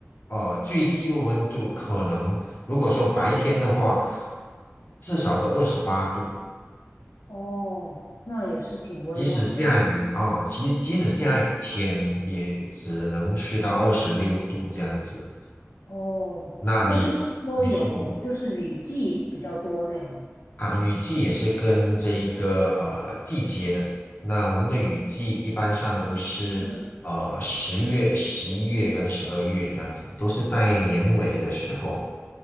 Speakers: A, on the left; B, on the left.
A: 呃最低的温度可能，如果说白天的话，至少都二十八度，
B: 哦，那也是挺温暖的，
A: 即使下雨啊，即即使下雨天也只能去到二十六度这样子。
B: 嗯。哦，
A: 那你你就
B: 那就是说有，就是雨季比较多那样。
A: 啊，雨季也是跟这一个呃季节的。那我们的雨季一般上都是呃十月、
B: 嗯，
A: 十一月跟十二月这样子，都是在年尾的时候。